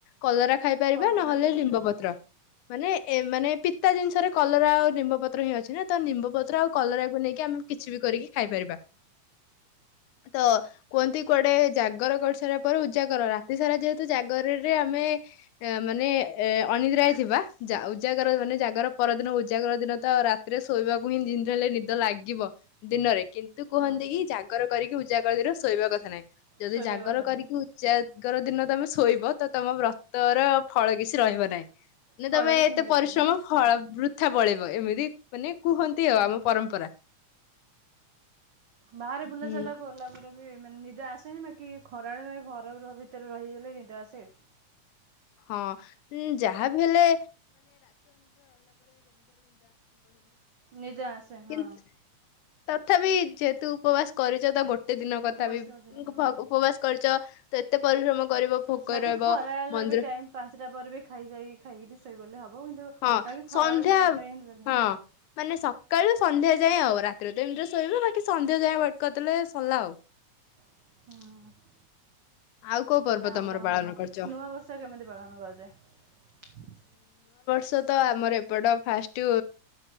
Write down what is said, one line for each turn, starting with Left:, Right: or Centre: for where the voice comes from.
Left: କଲରା ଖାଇପାରିବା
Right: କଲରା
Left: ନହେଲେ
Right: ବି କଥା
Left: ଲିମ୍ବ
Right: ନାହିଁ
Left: ପତ୍ର ମାନେ ଏ ମାନେ ପିତା ଜିନିଷରେ କଲରା ଆଉ ନିମ୍ବପତ୍ର ହିଁ ଅଛି ନା ତ ନିମ୍ବପତ୍ର ଆଉ କଲରାକୁ ନେଇକି ଆମେ କିଛି ବି କରିକି ଖାଇପାରିବା ତ କୁହନ୍ତି କୁଆଡେ ଜାଗର କରିସାରା ପରେ ଉଜାଗର ରାତି ସାରା ଯେହେତୁ ଜାଗରରେ ଆମେ ମାନେ ଅନିନ୍ଦ୍ରାଏ ଥିବା। ଉଜାଗର ମାନେ ଜାଗର ପରଦିନ ଉଜାଗର ଦିନ ତଉ ରାତିରେ ଶୋଇବାକୁ ହିଁିନ ହେଲେ ନିଦ ଲାଗିବ ଦିନରେ କିନ୍ତୁ କୁହନ୍ତି
Right: ହଁ
Left: କି ଜାଗର କରିକି ଉଜାଗର ଦିନ ଶୋଇବା କଥା ନାହିଁ। ଯଦି
Right: ଶୋଇବା
Left: ଜାଗର
Right: କଥା ନାହିଁ।
Left: କରିକି ଉ ଦିନ ତମେ ଶୋଇବ ତ ତମ ବ୍ରତର ଫଳ କିଛି ରହିବ ନାହିଁ। ନ
Right: ଫଳ
Left: ତମେ
Right: କିଛି
Left: ଏତେ
Right: ମିଳିବନି
Left: ପରିଶ୍ରମ
Right: ହଁ
Left: ଫଳ ବୃଥା ପଳେଇବ। ଏମିତି ମାନେ କୁହନ୍ତି
Right: ହୁଁ।
Left: ଆ ଆମ ପରମ୍ପରା।
Right: ବାହାରେ
Left: ହୁଁ।
Right: ବୁଲା ଚାଲା କଲା ବେ ରେ ବି ମାନେ ନିଦ ଆସେନି ବାକି ଖରାରେ ଭାଇ ଘର ଭିତରେ ରହିଗଲେ ନିଦ ଆସେ।
Left: ହଁ ଉଁ, ଯାହାବି ହେଲେ
Right: ନିଦେ ଆସେ ହଁ।
Left: କିନ୍ତୁ ତଥାପି ଯେହେତୁ ଉପବାସ କରିୁଚ ତ ଗୋ କେତେ ଦିନ କଥା
Right: ଉପବାସ
Left: ବି ଉଁ,
Right: କରିଛ ହଁ
Left: ପ-ଉପବାସ କରି ତ ତ ଏତେ ପରିଶ୍ରମ କରିବ ଭୋକ
Right: ବାକି
Left: ରହିବ
Right: ଖରା ଆଇଲା
Left: ମନ୍ଦିର
Right: ବି ଟାଇ ପାଞ୍ଚଟା ପରେ ବି ଖାଇସାରି ଖାଇକିରି ଶୋଇପଡିଲେ ହବ କିନ୍ତୁ
Left: ହଁ
Right: ବାକି ଖରାବେଳ
Left: ସନ୍ଧ୍ୟା
Right: ଟାଇମ୍ଟା ହିଁ ହୁଁ।
Left: ହଁ ମାନେ ସ କାଲି ସନ୍ଧ୍ୟା ଯାଏଁ, ଆଉ ରାତିରେ ତ ଏମିତି ଶୋଇବୁ ବାକି ସନ୍ଧ୍ୟା ଯାଏଁ ୱେଟ କରିଦେଲେ ସଲା ଆଉ।
Right: ହୁଁ।
Left: ଆଉ କୋଉ ପର୍ବ
Right: ତାହେଲେ ଆଉ
Left: ତମର
Right: କଣ
Left: ପାଳନ
Right: ପର୍ବ?
Left: କରିଛ?
Right: ନୂଆବର୍ଷ କେମିତି ପାଳନ କରାଯାଏ?
Left: ସେ ତ ଆମର ଏପଟ ଫାଷ୍ଟୁ